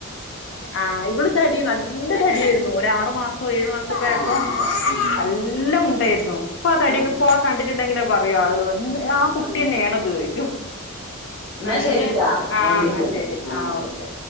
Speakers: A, on the left; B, on the left.
A: ആ ഇവള് തടി നല്ല തടിയായിരുന്നു
B: ഉം
A: ഒരു ആറു മാസോ ഏഴു മാസപോക്കെ
B: ആഹ്
A: ആയപ്പോ
B: അതെ ഉം
A: നല്ല ഉണ്ടായിരുന്നു <inaudible> ഇപ്പ തടയൊക്ക
B: ആഹ്
A: ഇപ്പോളെ കണ്ടിട്ടുണ്ടെങ്കിൽ പറയുക ആളുകൾ എന്ത് ആ കുട്ടിന്നെയാണിത്
B: ആഹ് അതെ
A: ചോദിക്കും
B: എന്നാ
A: അങ്ങ്
B: ശരിട്ടാ
A: ആ
B: ഞാൻ വിളിക്കന്നാ
A: എന്നാ ശരി
B: ആഹ്
A: ആ ഓക്കെ